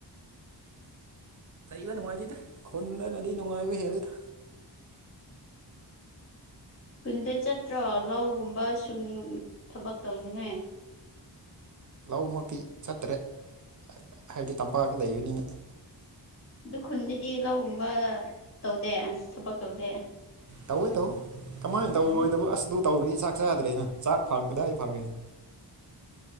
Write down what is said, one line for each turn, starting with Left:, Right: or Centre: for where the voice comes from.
Right: ꯂꯩꯕ ꯅꯨꯡꯉꯥꯏꯇꯦꯗ ꯈꯨꯟꯗꯅꯗꯤ ꯅꯨꯡꯉꯥꯏꯕ ꯍꯦꯜꯂꯦꯗ
Left: ꯈꯨꯟꯗ ꯆꯠꯇ꯭ꯔꯣ ꯂꯧꯒꯨꯝꯕ ꯁꯨꯅꯤꯡ ꯊꯕꯛ ꯇꯧꯅꯤꯡꯉꯥꯏ
Right: ꯂꯧꯃꯛꯇꯤ ꯆꯠꯇꯔꯦ ꯍꯥꯏꯗ ꯍꯥꯏꯕꯗꯤ ꯇꯝꯄꯥꯛꯇ ꯂꯩꯕꯅꯤꯅ
Left: ꯑꯗꯨ ꯈꯨꯟꯗꯗꯤ ꯂꯧꯒꯨꯝꯕ ꯇꯧꯗꯦ ꯊꯕꯛ ꯇꯧꯗꯦ
Right: ꯇꯧꯋꯤ ꯇꯧꯋꯤ ꯀꯃꯥꯏꯅ
Left: ꯑꯣ
Right: ꯇꯧꯔꯣꯏꯗꯕꯣ ꯑꯁ ꯑꯗꯨ ꯇꯧꯗ꯭ꯔꯗꯤ ꯆꯥꯛ ꯆꯥꯗ꯭ꯔꯦꯅ ꯆꯥꯛ ꯐꯪ ꯀꯗꯥꯏ ꯐꯪꯉꯅꯤ